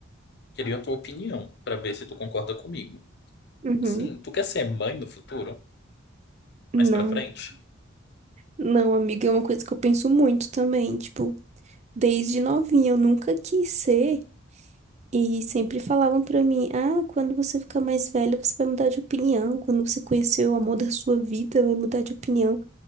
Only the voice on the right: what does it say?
Uhum.
Não.
Não, amiga, é uma coisa que eu penso muito também. Tipo, desde novinha eu nunca quis ser. E sempre falavam pra mim: ah, quando você ficar mais velha, você vai mudar de opinião. Quando você conhecer o amor da sua vida, vai mudar de opinião.